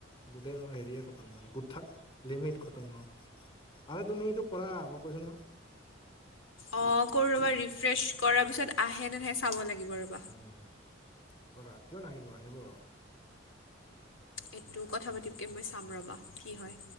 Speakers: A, on the left (about 25°); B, on the left (about 85°).
A: গোটেই মোৰ হেৰিয়ে খতম মানে গুঠাল লিমিট খতম অ'। আৰে তুমি এইটো কৰা মই কৈছো ন'।
B: অ', কৰো ৰবা ৰিফ্ৰেছ কৰাৰ পিছত আহে নে নাহে চাব লাগিব ৰ'বা।
A: উম, কৰা কিয় নাহিব, আহিব।
B: এইটো, কথা পাতিবকে মই চাম ৰ'বা, কি হয়।